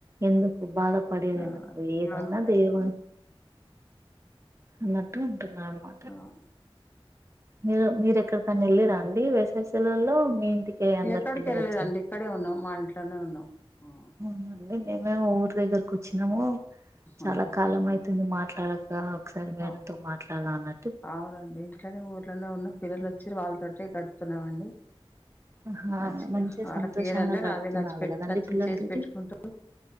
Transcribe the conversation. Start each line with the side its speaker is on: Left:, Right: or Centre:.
Right: ఎందుకు బాధపడేదేందుకు
Left: ఆ
Right: ఏదైనా
Left: అలాంటేనేమో
Right: దేవుని అన్నట్టు ఉంటున్నారు మా
Left: ఆహ్
Right: మీరు మీరెక్కడి కన్న వెళ్ళిరండి వేసవి సెలవుల్లో మీ ఇంటికే అందరు
Left: ఎక్కడికి
Right: పిల్లలు
Left: వెళ్ళలేదండి
Right: వచ్చి
Left: ఇక్కడే ఉన్నాం మా ఇంట్లోనే ఉన్నాం ఉ
Right: అవ్నండి మేమేమో ఊరి దగ్గరకు ఒచ్చినాము చాలా
Left: ఆహాహా!
Right: కాలం అయితుంది మాట్లాడక ఆ ఒక్సారి మీ
Left: ఆ!
Right: అన్నతో మాట్లాడనా అన్న
Left: అవునండి ఇంట్లోనే ఊర్లోనే ఉన్న పిల్లలు ఒచ్చి వాళ్ళతోటే గడుపుతున్నామండి
Right: ఆహా
Left: మంచిగా వాళ్ళకి
Right: సంతోషంగా
Left: ఏదంటే అది
Right: గడుపుతున్నారు
Left: అది నచ్చిపెట్టు
Right: కదండి
Left: నచ్చిన
Right: పిల్లలతోటి
Left: చేసి పెట్టుకుంటూ